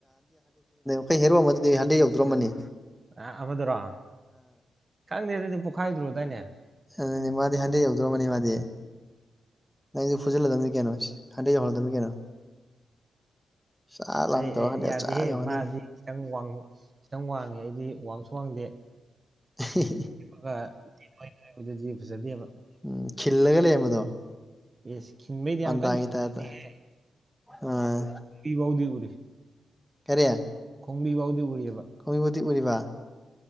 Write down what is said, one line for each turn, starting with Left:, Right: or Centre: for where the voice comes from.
Centre: ꯈꯣꯏ ꯍꯦꯔꯣ ꯑꯃꯗꯨꯗꯤ ꯍꯟꯗ꯭ꯔꯦꯠ ꯌꯧꯗ꯭ꯔꯣꯝꯅꯤ
Right: ꯑꯥ ꯑꯃꯗꯨꯔꯣ ꯈꯪꯗꯦꯅꯦ ꯗꯨ ꯄꯣꯛꯈꯥꯏꯗꯣꯔꯗꯥꯏꯅꯦ
Centre: ꯑꯗꯨꯗꯤ ꯃꯥꯗꯤ ꯍꯟꯗꯔ꯭ꯦꯗ ꯌꯧꯗ꯭ꯔꯣꯝꯃꯅꯤ ꯃꯥꯗꯤ ꯅꯪꯁꯨ ꯐꯨꯖꯤꯜꯂꯗꯕꯅꯤ ꯀꯩꯅꯣ ꯏꯁ ꯍꯟꯗꯔ꯭ꯦꯗ ꯌꯧꯍꯜꯂꯗꯕꯅꯤ ꯀꯩꯅꯣ ꯆꯥ ꯂꯥꯎꯅ
Right: ꯑꯩ
Centre: ꯇꯧꯔ
Right: ꯑꯩ
Centre: ꯍꯟꯗ꯭ꯔꯦꯠ
Right: ꯌꯥꯗꯦꯍꯦ
Centre: ꯆꯥ ꯌꯧꯍꯜꯂꯗꯕꯅꯤ
Right: ꯃꯥꯗꯤ ꯈꯤꯇꯪ ꯋꯥꯡꯉꯨ ꯈꯤꯇꯪ ꯋꯥꯡꯉꯦ ꯑꯩꯗꯤ ꯋꯥꯡꯁꯨ ꯋꯥꯡꯗꯦ
Centre: ꯍꯤ ꯍꯦ ꯍꯦ
Right: <unintelligible> ꯐꯖꯗꯦꯕ
Centre: ꯎꯝ ꯈꯤꯜꯂꯒ ꯂꯩꯔꯝꯕꯗꯣ
Right: ꯌꯦꯁ ꯈꯤꯟꯕꯩꯗꯤ
Centre: ꯄꯥꯟꯗꯥꯒꯤ
Right: ꯌꯥꯝ ꯀꯟ ꯈꯤꯟꯕ
Centre: ꯇꯥꯏꯞꯇ
Right: ꯅꯠꯇꯦꯍꯦ
Centre: ꯑꯥ
Right: <inaudible> ꯎꯔꯤ
Centre: ꯀꯔꯤ
Right: ꯈꯣꯡꯕꯤ ꯕꯥꯎꯗꯤ ꯎꯔꯤ ꯍꯥꯏꯕ
Centre: ꯀꯣꯏꯕꯨꯗꯤ ꯎꯔꯤꯕ